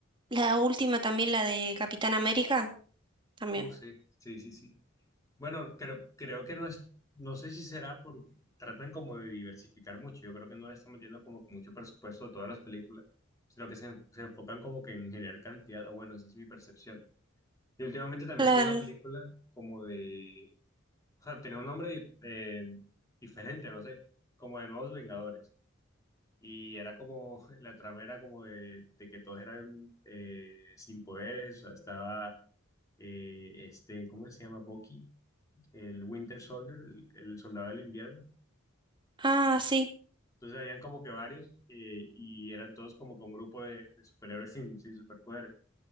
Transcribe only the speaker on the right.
La última también, la de Capitán América. También.
Claro.
Ah, sí.